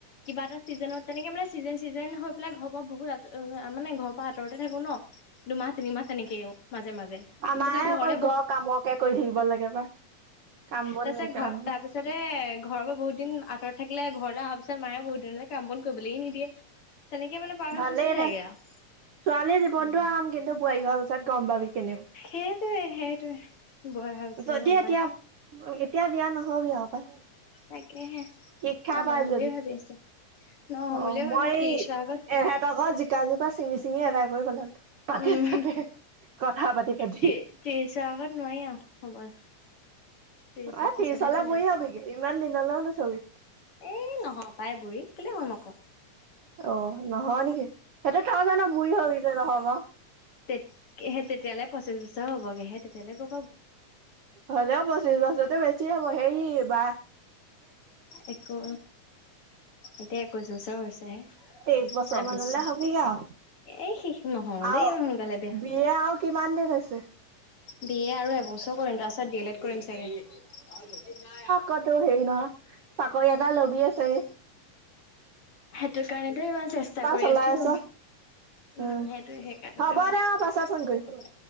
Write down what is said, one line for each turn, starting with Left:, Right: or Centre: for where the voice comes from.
Left: কিবা এটা চিজেনত তেনেকে মানে চিজেন চিজেন হৈ পেলাই ঘৰ পৰা বহুত মানে ঘৰ পৰা আঁতৰত থাকো ন দুমাহ-তিনিমাহ। তেনেকেই অ' মাজে মাজে
Right: আমাৰহে
Left: তাৰপিছত ঘৰলে
Right: অকল
Left: বহ
Right: ঘৰৰ কামকে কৰি থাকিব লাগে পাই কাম বন
Left: তাৰ
Right: নাইকিয়া
Left: পিছত ঘ
Right: মানুহ
Left: তাৰ পিছতে ঘৰৰ পৰা বহুত দিন আত ৰত থাকিলে ঘৰলে অহাৰ পিছত মায়ে বহুত দিনলৈ কাম বন কৰিবলেই নিদিয়ে। তেনেকে মানে পাৰ হৈ
Right: ভালেই
Left: গুচি যায়গে
Right: দে ছোৱালী
Left: আৰু
Right: জীৱনটো
Left: উম।
Right: আৰাম, কিন্তু বোৱাৰী হোৱাৰ পিছত গম পাবি। <inaudible>
Left: সেইটোৱে সেইটোৱে। বয় অহাৰ পিছতহে
Right: যদি,
Left: গম
Right: এতিয়া
Left: পাই
Right: এতিয়া বিয়া নহবি আও পায়।
Left: তাকেহে
Right: শিক্ষা
Left: নহওঁ
Right: পাই
Left: বুলিয়ে
Right: যাবি।
Left: ভাবি আছো নহওঁ
Right: অ
Left: বুলিয়ে
Right: মই
Left: ভাবিছো ত্ৰিশৰ আগত
Right: এহতৰ ঘৰ জিকা জোপা চিঙি চিঙি এদাই কৰি পেলালো। পাতে
Left: উম
Right: চাতে কথা পাতি পাতি।
Left: ত্ৰিছ ৰ আগত নোৱাৰি আৰু। হ'ব। ত্ৰিশৰ
Right: অ
Left: পিছতহে
Right: ত্ৰিছ লৈ
Left: চিন্তা
Right: বুঢ়ি সবিগে ইমান দিনলৈও নথবি।
Left: এ নহম পাই বুঢ়ী, কেলে হম আকৌ।
Right: অ নহয় নেকি, সিহঁতে থও জানা বুঢ়ী হৈ যে নহব।
Left: তে স তেতিয়ালৈ পইচা চইছাৰ হ'বগে হে তেতিয়ালৈ <unintelligible>
Right: হ'লেও পঁচিশ বছৰতো বেছি এতিয়া বহে। হেৰি বা
Left: একো এতিয়া একৈচ্ছ বছৰ হৈছেহে
Right: তেইশ বছৰ
Left: ছাব্বিছ
Right: মানলে
Left: চন।
Right: হবিগে আও
Left: এই শিষ নহওঁ
Right: আও
Left: দেেই সোনকালে বেয়া।
Right: বিয়ে আও কিমান দিন হৈছে
Left: বি এ আৰু এবছৰ কৰিম তাৰছত ডি এল এড কৰিম চাগে।
Right: কত নোঁ হেৰি নহয়, চাকৰি এটা লবিয়ে চাগে।
Left: সেইটো কাৰণেতো, ইমান চেষ্টা কৰি
Right: চলাই
Left: আছো।
Right: আছ
Left: উম
Right: উম।
Left: সেইটোয়ে সেইকাৰনেটো,
Right: হ'ব দে অ' পাছত ফোন কৰিম।